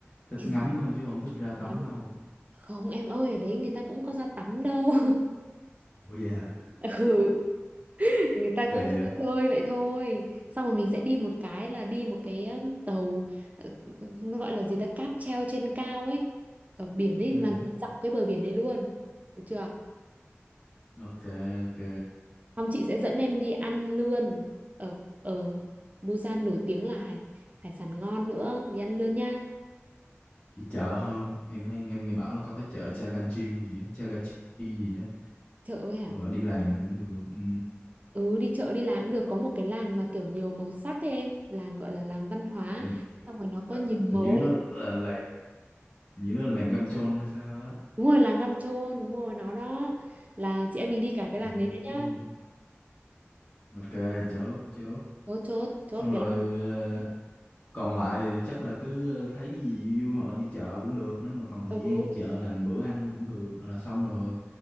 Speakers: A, on the left; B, on the right.
A: Thích
B: thì
A: ngắm
B: gì
A: thôi chứ không thích ra
B: lắm
A: tắm đâu.
B: không em ơi ở đấy người ta cũng có ra tắm đâu
A: Ủa vậy hả?
B: <laughs> ừ người ta
A: Kỳ
B: cũng chơi
A: vậy.
B: chơi vậy thôi xong rồi mình sẽ đi một cái là đi một cái um, tàu ờ, nó gọi là gì ta cáp treo trên cao ấy ở biển ấy
A: Ừ.
B: và nó dọc cái bờ biển đấy luôn được chưa
A: Ok ok.
B: xong chị sẽ dẫn em đi ăn lươn ở ở Busan nổi tiếng là hải hải sản ngon nữa đi ăn lươn nha
A: Đi chợ không? Em thấy em nghe bảo là có cái chợ Chaganchil gì đó, Chagachi gì đó,
B: chợ ấy à
A: hoặc là đi làng cũng được. Ừ.
B: ừ đi chợ đi làng cũng được có một cái làng mà kiểu nhiều màu sắc ấy em làng gọi là làng văn hóa
A: làng nhiều
B: xong rồi nó có
A: sắc
B: nhiều màu
A: hình như
B: ấy.
A: nó là làng hình như nó là làng Găm Chôn hay sao á
B: Đúng rồi, làng Găm Trôn, đúng rồi, nó đó. Là chị em mình đi cả cái
A: Ừ,
B: làng đấy nữa nhá.
A: Chôn ok chốt chốt
B: Chốt, chốt, chốt
A: xong rồi
B: cái làng.
A: ờ, còn lại thì chắc là cứ ờ, thấy cái gì vui vui hoặc là đi chợ cũng được nếu mà còn thời
B: Ừ,
A: gian đi chợ làm bữa ăn cũng được là xong rồi